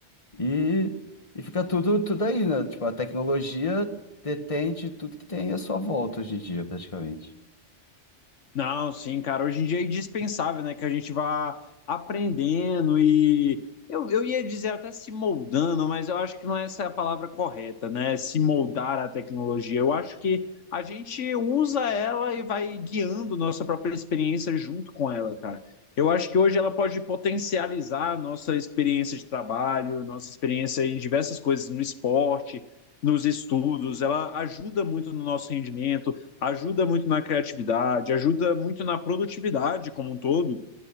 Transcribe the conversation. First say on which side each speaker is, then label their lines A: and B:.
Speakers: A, on the left; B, on the left.
A: E, e fica tudo, tudo aí, né? Tipo, a tecnologia detende tudo que tem à sua volta hoje em dia, praticamente.
B: Não, sim, cara. Hoje em dia é indispensável, né, que a gente vá aprendendo e eu, eu ia dizer até se moldando, mas eu acho que não é essa a palavra correta, né? Se moldar à tecnologia. Eu acho que a gente usa ela e vai guiando nossa própria experiência junto com ela, cara. Eu acho que hoje ela pode potencializar a nossa experiência de trabalho, nossa experiência em diversas coisas, no esporte, nos estudos. Ela ajuda muito no nosso rendimento ajuda muito na criatividade, ajuda muito na produtividade como um todo.